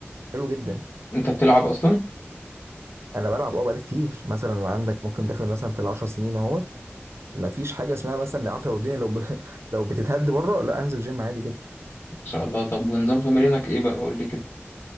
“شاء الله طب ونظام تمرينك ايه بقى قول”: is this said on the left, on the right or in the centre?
Left